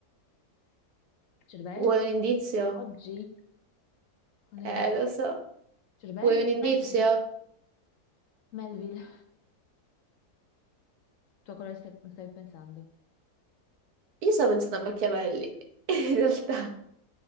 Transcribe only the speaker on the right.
Vuoi un indizio?
Eh,
lo so.
Vuoi un indizio?
Io stavo pensando a Machiavelli, <laughs> in realtà.